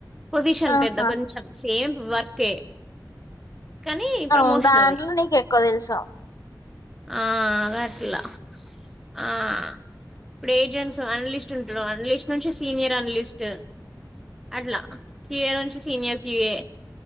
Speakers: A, in the centre; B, on the left.
A: పొజిషన్
B: ఆహా
A: పెద్ద కొంచెం సేమ్ వర్కే కానీ ప్రమోషన్
B: అ దాంట్లో
A: అది
B: నీకు ఎక్కువ తెలుసా
A: ఆ గట్ల ఆ ఇప్పుడు ఏజెంట్స్ అనలిస్ట్ ఉంటాడు అనలిస్ట్ నుంచి సీనియర్ అనలిస్ట్ అట్లా క్యూఏ నుంచి senior QA